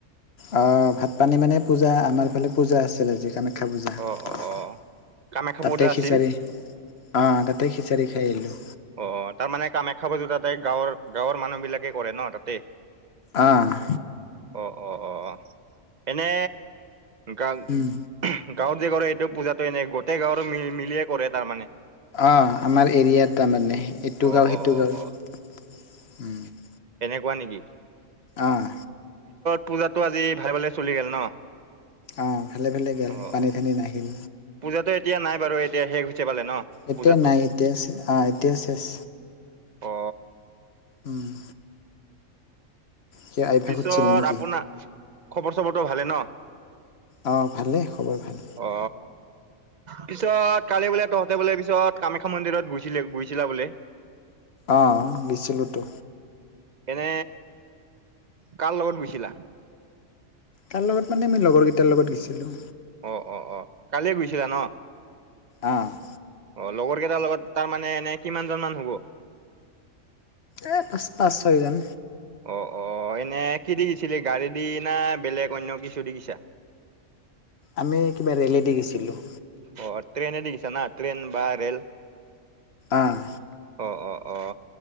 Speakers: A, on the left; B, on the right.
A: অ' ভাত পানী মানে পূজা আমাৰ ফালে পূজা আছিলে। সেই কাৰণে খালোঁ যাৰ,
B: অ অ অ কামাখ্যা
A: তাতে
B: পূজা আছিল
A: খিচাৰি অ' তাতে খিচাৰি খাই আহিলোঁ।
B: অ' তাৰ মানে কামাখ্যা পজো তাতে গাঁৱৰ গাঁৱৰ মানুহ বিলাকে কৰে ন তাতে
A: অহ'
B: অ' অ' অ' এনে গা
A: উম
B: গাঁৱত যে কৰে, এইটো পূজাটো এনেই গোটেই গাঁৱৰে মি মিলিয়ে কৰে তাৰ মানে।
A: অ' আমাৰ এৰিয়াৰ তাৰমানে এইটো
B: অ
A: গাওঁ,
B: অ
A: সেইটো
B: অ
A: গাওঁ।
B: অ কোৱা নেকি?
A: আহ
B: পূজাতটো আজি ভালে ভালে চলি গ'ল ন।
A: অ' ভালে ভালে গ'ল,
B: অ
A: পানী ঠানী নাহিল।
B: পূজাটো এতিয়া নাই বাৰু এতিয়া শেষ হৈছে। পালে ন
A: এতিয়া
B: পূজাটো
A: নাই, এতিয়া ছে আহ এতিয়া চেছ।
B: অ
A: উম। কিয় আভ্যাস
B: পিছত
A: উঠিছিলে নেকি?
B: আপোনা খবৰ চবৰটো ভালে ন।
A: অ' ভালেই, খবৰ ভাল।
B: অ পিছত কালি বোলে তহঁতে বোলে পিছত কামাখ্যা মন্দিৰত গৈছিল গৈছিলা বোলে।
A: অ' গেছিলোটো।
B: এনে কাৰ লগত গৈছিলা।
A: কাৰ লগত মানে আমি লগৰ কেইটাৰ লগত গৈছিলোঁ।
B: অ' অ' অ' কালিয়ে গৈছিলা ন।
A: অহ'
B: অ লগৰ কেইটাৰ লগত তাৰ মানে এনে কিমান জন মান হ'ব।
A: এই পাঁচটা, ছয়জন।
B: অ' অ' এনে কি দি গিছিলি গাড়ী দি না বেলেগ অন্য কিছু দি গিছা। <unintelligible>
A: আমি কিবা ৰেলে দি গৈছিলোঁ।
B: অ' ট্ৰেইনে দি গিছা না ট্ৰেইন বা ৰে'ল।
A: আহ
B: অ' অ' অ'